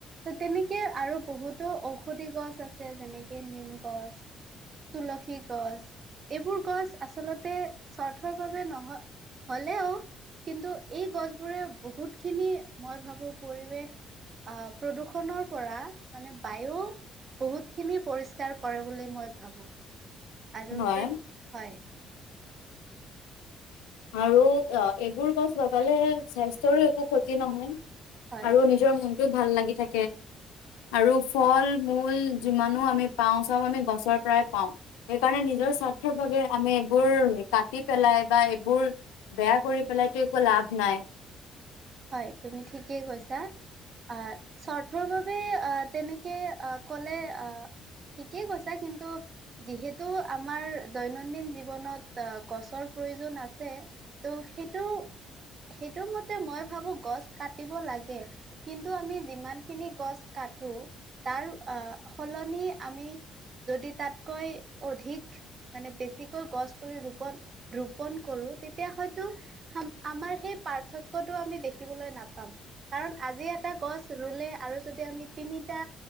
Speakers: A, on the right (about 45°); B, on the left (about 65°).
A: ত তেনেকে আৰু বহুতো ঔষধি গছ আছে যেনেকে নিম গছ। তুলসী গছ এইবোৰ গছ আচলতে স্বাৰ্থৰ বাবে নহ। হলেও কিন্তু এই গছবোৰে বহুত খিনি মই ভাবো পৰিৱেশ। আহ প্ৰদূষণৰ পৰা মানে বায়ু। বহুতখিনি পৰিষ্কাৰ কৰে বুলি মই ভাবো। আৰু
B: হয়
A: তেনে হয়।
B: আৰু এইবোৰ গছ লগালে স্বাস্থ্যৰো একো ক্ষতি নহয়।
A: হয়
B: আৰু নিজৰ মনটোও ভাল লাগি থাকে। আৰু ফল মূল যিমানো আমি পাওঁ চব আমি গছৰ পৰাই পাওঁ। সেইকাৰণে নি নিজৰ স্বাৰ্থৰ বাবে আমি এইবোৰ কাটি পেলাই বা। বোৰ বেয়া কৰি পেলাইতো একো লাভ নাই।
A: হয় তুমি ঠিকেই কৈছা। আহ স্বাৰ্থৰ বাবে আহ তেনেকে আহ ক'লে আহ। ঠিকেই কৈছা কিন্তু যিহেতু আমাৰ দৈনন্দিন জীৱনত গছৰ। প্ৰয়োজন আছে ত সেইটো সেইটো মতে মই। ভাবো গছ কাটিব লাগে কিন্তু আমি যিমানখিনি গছ কাটো তাৰ সলনি আমি যদি তাতকৈ অধিক মানে বেছি। গছ পুলি ৰোপন ৰোপন কৰো তেতিয়া হয়তো আমাৰ সেই পাৰ্থক্য টো আমি দেখিবলৈ নাপাম। কাৰণ আজি এটা গছ ৰুলে আৰু যদি আমি তিনিটা